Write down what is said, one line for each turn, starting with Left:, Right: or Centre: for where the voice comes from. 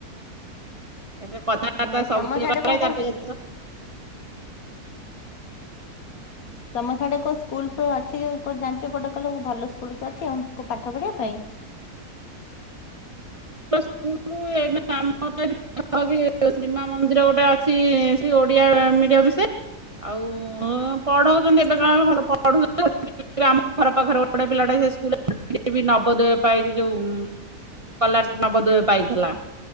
Right: ଏ କଥାାର୍ତା
Left: ହଁ
Right: ସବୁ
Left: ତମ ସାଡେ
Right: କରାର
Left: କୋଉ କୋଉ
Right: ଯ
Left: ତମ ଖଡେ କ ସ୍କୁଲ ଅଛି ଜାଣିଛ କୋଟେ କଲେ ଭଲ ସ୍କୁଲ କି ଅଛି ଆ ପାଠ ପଢିବା ପାଇଁ।
Right: ପରୁ ଏ ଆମ ତ ଏଠି କି ଶ୍ରୀମା ମନ୍ଦିର ଗୋଟେ ଅଛି ସେ ଓଡିଆ ମିଡିଅସେ ଆଉ ପଢଉଛନ୍ତି ଏବେ କଣ ଭଲ ପଢୁଛନ୍ତି ଏଥିପାଇଁ ଆମ ଘର ପାଖରେ ଗୋଟେ ପିଲାଟେ ସେ ସ୍କୁଲ ବି ନବଦୟ ପାଇଁ ଯୋଉଁ। କଲାର୍ସ ନବଦୟ ପାଇଥିଲା